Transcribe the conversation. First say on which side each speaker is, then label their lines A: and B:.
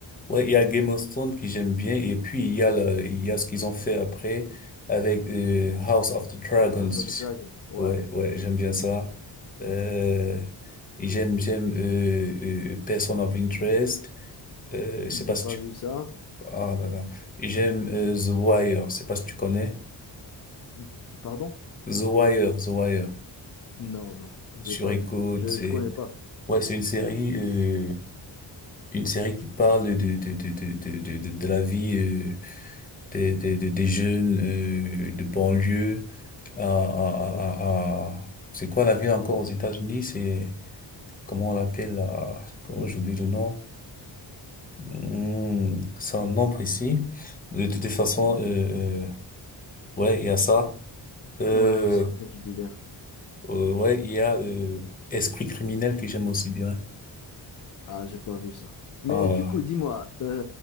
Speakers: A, on the left; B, on the left.
A: ouais, il y a Game of Thrones qui j'aime bien, et puis il y a le, il y a ce qu'ils ont fait après avec euh, House of the Dragons.
B: House of the Dragon, ouais.
A: Ouais, ouais, j'aime bien
B: Hmm,
A: ça. Euh, et j'aime, j'aime euh, euh, Person of Interest. Euh, je
B: J'ai
A: sais pas si
B: pas
A: tu...
B: vu ça.
A: Ah là là. J'aime euh, The Wire. Je sais pas si tu connais.
B: Hmm, Pardon?
A: The Wire, The Wire.
B: Non, non, j'ai
A: Sur
B: pas
A: écoute,
B: vu. Je,
A: c'est...
B: je connais pas.
A: Ouais, c'est une série... euh, Une série qui parle de, de, de, de, de, de, de- de la vie euh, des, des, des des jeunes euh, de banlieue à, à, à,
B: Ouais.
A: à... à- C'est quoi la ville encore aux États-Unis? C'est... Comment on l'appelle? là Comment j'oublie le nom? Hmm, c'est un nom précis. De toute façon, euh, euh, ouais, il y a ça. Euh,
B: Ouais, je sais ce que tu veux dire.
A: euh, ouais, il y a euh, Esprit criminel que j'aime aussi bien.
B: Ah, j'ai pas vu ça. Mais
A: Ah là
B: du
A: là.
B: coup, dis-moi, t'as-